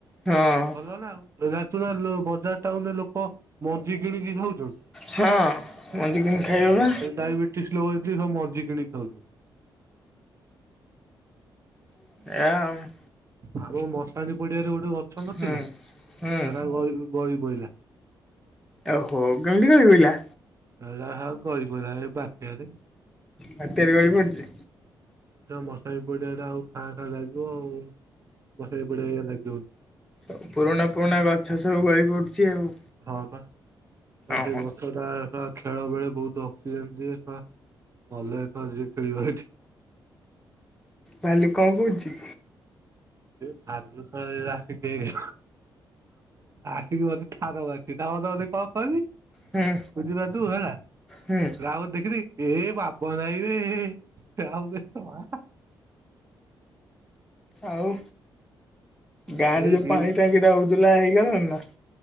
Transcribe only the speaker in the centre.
ହଁ
ହଁ ମଞ୍ଜି କିଣି ଖାଇବ ବା
ଆ
ହୁଁ ହୁଁ
ଓହୋ ଗମଡି କ ପଇଲା।
ହାତରେ ଗଳି ପଡିଛି
ସ ପୁରୁଣା ପୁରୁଣା ଗଛ ସବୁ ଗଳି ପଡୁଛି ଆଉ।
ଓହୋ
ବାଲି କଣ କଉଚି
ହୁଁ
ହୁଁ
ଆଉ ଗାଁ
ରେ ଯୋଉ ପାଣି ଟାଙ୍କି ଟା ହଉଛି। ଦୁଲା ହେଇଗଲାଣି ନା?